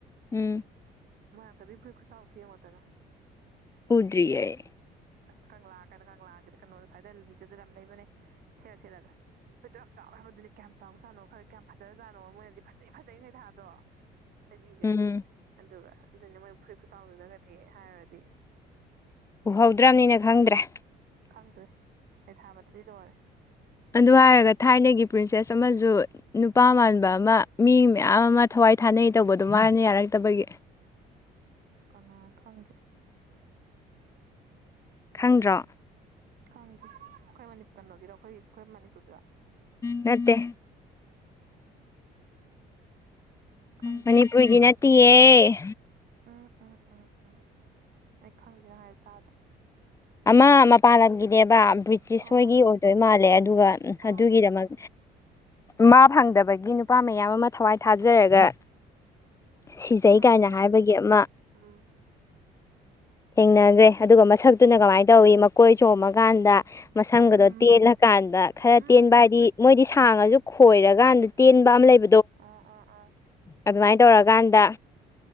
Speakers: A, on the left; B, on the right.
A: ꯎꯝ
B: ꯃꯣꯏꯔꯥꯡ ꯊꯣꯏꯕꯤ ꯐꯨꯔꯤꯠ ꯈꯨꯆꯥꯎ ꯗꯣ ꯌꯦꯡꯉꯣꯗꯅ
A: ꯎꯗꯔꯤ ꯑꯩ
B: ꯑꯁ ꯀꯪꯂꯥ ꯀꯪꯂꯥ ꯀꯩꯅꯣꯗ ꯁ꯭ꯋꯥꯏꯗ ꯃꯤꯖꯝꯗ ꯌꯥꯝ ꯂꯩꯕꯅꯦ ꯊꯦꯠꯂꯥ ꯊꯦꯠꯂꯒ ꯐꯣꯏꯠꯇꯣ ꯌꯥꯝ ꯆꯥꯎꯋꯦ ꯍꯥꯏꯕꯗꯨꯅꯦ ꯀꯌꯥꯝ ꯆꯥꯎ ꯆꯥꯅꯣ ꯈꯔ ꯀꯌꯥꯝ ꯐꯖꯔꯖꯥꯅꯣ ꯃꯣꯏꯅꯗꯤ ꯐꯖꯩ ꯐꯖꯩ ꯅ ꯊꯥꯗꯣ ꯊꯣꯏꯕꯤꯁꯦ
A: ꯎꯝ
B: ꯑꯗꯨꯒ ꯑꯗꯨꯅꯤ ꯃꯣꯏ ꯐꯨꯔꯤꯠ ꯈꯨꯆꯥꯎꯗꯨꯗꯒꯗꯤ ꯍꯥꯏꯔꯗꯤ
A: ꯎꯍꯧꯗ꯭ꯔꯕꯅꯤꯅ ꯈꯪꯗ꯭ꯔꯦ
B: ꯐꯪꯗ꯭ꯔꯦ ꯁꯩꯊꯥꯕꯗꯗꯤ ꯂꯣꯏꯔꯦ
A: ꯑꯗꯨ ꯍꯥꯏꯔꯒ ꯊꯥꯏꯅꯒꯤ ꯄ꯭ꯔꯤꯟꯁꯦꯁ ꯑꯃꯁꯨ ꯅꯨꯄꯥ ꯃꯥꯟꯕ ꯑꯃ ꯃꯤ ꯃꯌꯥꯝ ꯑꯃ ꯊꯋꯥꯏ ꯊꯋꯥꯏ ꯊꯥꯅꯩ ꯇꯧꯕ ꯑꯗꯨꯃꯥꯏꯅ ꯌꯥꯔꯛꯇꯕꯒꯤ
B: ꯀꯅꯥ ꯈꯪꯗꯦ
A: ꯈꯪꯗ꯭ꯔꯣ
B: ꯈꯪꯗꯦ ꯑꯩꯈꯣꯏ ꯀꯩꯅꯣꯒꯤꯔꯣ ꯑꯩꯈꯣꯏ ꯑꯩꯈꯣꯏ ꯃꯅꯤꯄꯨꯔꯒꯤꯔꯣ
A: ꯅꯠꯇꯦ
B: ꯈꯪꯗꯦ
A: ꯃꯅꯤꯄꯨꯔꯒꯤ ꯅꯠꯇꯦꯍ
B: ꯎꯝ ꯎꯝ ꯎꯝ ꯎꯝ ꯑꯩ ꯈꯪꯗꯦ ꯅꯪ ꯍꯥꯏꯔ ꯇꯥꯗꯦ
A: ꯑꯃ ꯃꯄꯥꯟ ꯂꯝꯒꯤꯅꯦꯕ ꯕ꯭ꯔꯤꯇꯤꯁ
B: ꯑꯣ
A: ꯍꯣꯏꯒꯤ ꯑꯣꯏꯗꯣꯏ ꯃꯥꯜꯂꯦ ꯑꯗꯨꯒ
B: ꯑꯣ
A: ꯑꯗꯨꯒꯤꯗꯃꯛ ꯃꯥ ꯐꯪꯗꯕꯒꯤ ꯅꯨꯄꯥ ꯃꯌꯥꯝ ꯑꯃ ꯊꯋꯥꯏ ꯊꯥꯖꯔꯒ ꯁꯤꯖꯩ
B: ꯑꯦꯝ ꯑꯥꯏ
A: ꯀꯥꯏꯅ
B: ꯄꯤ ꯑꯦꯝ
A: ꯍꯥꯏꯕꯒꯤ ꯑꯃ
B: ꯎꯝ
A: ꯊꯦꯡꯅꯈ꯭ꯔꯦ ꯑꯗꯨꯒ ꯃꯁꯛꯇꯨꯅ ꯀꯃꯥꯏꯅ ꯇꯧꯋꯤ ꯃꯀꯣꯏ ꯆꯣꯡꯃꯀꯥꯟꯗ ꯃꯁꯝꯒꯗꯣ
B: ꯎꯝ
A: ꯇꯦꯜꯂꯀꯥꯟꯗ ꯈꯔ
B: ꯎꯝ
A: ꯇꯦꯟꯕ ꯍꯥꯏꯗꯤ ꯃꯣꯏꯗꯤ ꯁꯥꯡ ꯑꯁꯨ ꯈꯣꯏꯔꯀꯥꯟꯗ ꯇꯦꯟꯕ ꯑꯃ ꯂꯩꯕ
B: ꯑꯥ ꯑꯥ ꯑꯥ
A: ꯑꯗꯨꯃꯥꯏꯅ ꯇꯧꯔꯀꯥꯟꯗ